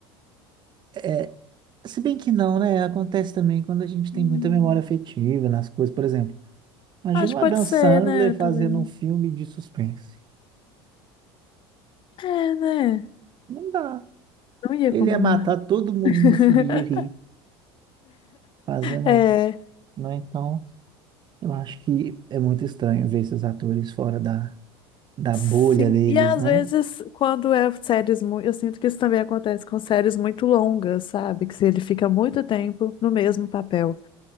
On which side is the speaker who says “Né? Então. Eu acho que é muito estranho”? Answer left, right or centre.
Right